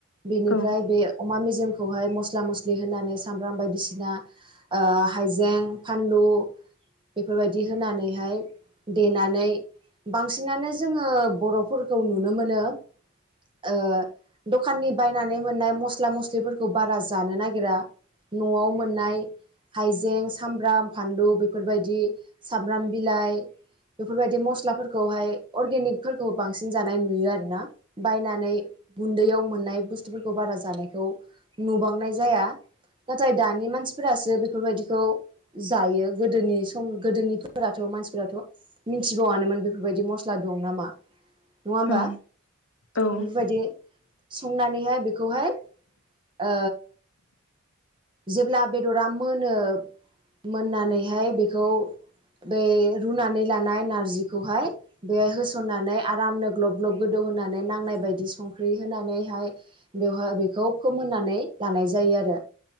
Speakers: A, on the right; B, on the left.
A: बेनिफ्राय
B: औ
A: बे अमा मेजेमखौ म म्ला मस्लि होनानै सामब्राम बायदिसिना ओ हाइजें फानलु बेफोरबायदि होनानैहाय देनानै बांसिनानो जोंङो बर'फोरखौ नुनो मोनो ओ दखाननि बायनानै मोननाय मस्ला मस्लिफोरखौ खौ बारा जानो नागिरा नआव मोननाय हाइजें सामब्राम फानलु बेफोरबायदि सामब्राम बिलाइ बेफोरबायदि मस्लाफोरखौहाय अर्गेनिकफोरखौ बांसिन जानाय नुयो आरो ना बायनानै गुन्दैयाव मोननाय बुस्थुफोरखौ बारा जानायखौ नुबांनाय जाया नाथाय दानि मानसिफोरासो बेफोरबायदिखौ जायो गोदोनि सम गोदोनिफोराथ' मानसिफोराराथ मिथिबावनोमोन बेफोरबायदि मस्ला दं नामा नङा होमबा
B: औ औ
A: बेफोरबायदि संनानैहाय बेखौहाय ओ जेब्ला बेदरा मोनो मोननानैहाय बेखौ बे रुनानै लानाय नारजिखौहाय बेहाय होसननानै आरामनो ग्लब ग्लब गोदौ होनानै नांनाय बायदि संख्रि होनानैहाय बेहाय बेखौ फोमोननानै लानाय जायो आरो